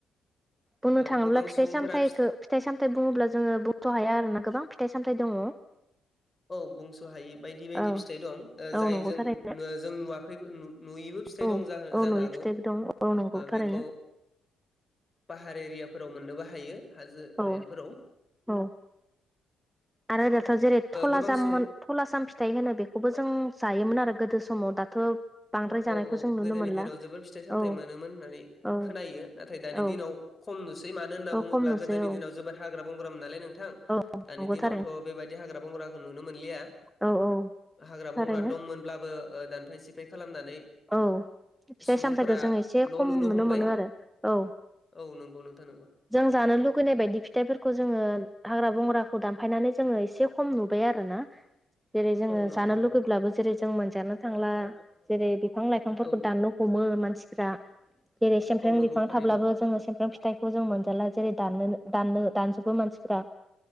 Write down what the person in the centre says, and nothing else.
बुंनो
थाङोब्ला
फिथाइ
सामथायखौ फिथाइ सामथाय बुङोब्ला जोङो बथ' हाया आरोना गोबां फिथाइ सामथाइ दङ
औ
औ
नंगौ
थारैनो
औ
औ
न'नि
दं। औ नंगौ थारैनो
औ
औ आरो दाथ' जेरै- थलाजाममोन
थलाजाम फिथाइ होनो बेखौबो जों जायोमोन आरो गोदो समाव दाथ' बांद्राय जानायखौ
जों नुनो
मोनला
औ
औ
औ
औ
खम नुसै
औ
औ
नंगौ
थारैनो
औ औ
थारैनो
औ फिथाइ
सामथाइखौ जों एसे
खम
नुनो
मोनो आरो औ
जों जानो लुुबैनाय बायदि फिथाइफोरखौ जोङो हाग्रा बंग्राखौ दानफायनानै जोङो एसे खम नुबाय आरो। जेरै -जोङो
जानो
लुुबैब्लाबो जेरै जों मोनजानो थांला जेरै- बिफां लाइफांफोरखौ
दाननो हमो मानसिफ्रा जेरै सेमफ्रें
बिफां
थाब्लाबो जोङो सेमफ्रें फि जों मोनजाला जेरै दाननो- दाननो दानजोबो मानसिफोरा